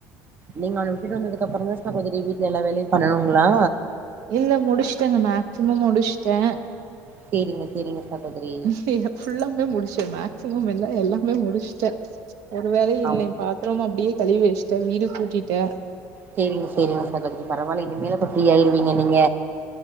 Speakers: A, on the right; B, on the right.
A: நீங்க அவன விட்டு வந்தது அப்புறோ தா சகோதரி வீட்டுல எல்லா வேலையு பண்ணனூங்களா
B: இல்ல முடிச்ட்டங்க மேக்சிமம் முடிச்ட்டே
A: செரிங்க செரிங்க சகோதரி
B: ஹே ஃபுல்லாமே முடிச்சே மேக்சிமம் இல்ல எல்லாமே முடிச்ட்டே ஒரு வேலயு
A: ஆ
B: இல்லே பாத்திரம் அப்டியே கழுவி வெச்ட்டே வீடு கூட்டிட்டே
A: சேரிங்க சேரிங்க சகோதரி பரவால்ல இனிமே அப்ப ஃப்ரீயாயிருவீங்க நீங்க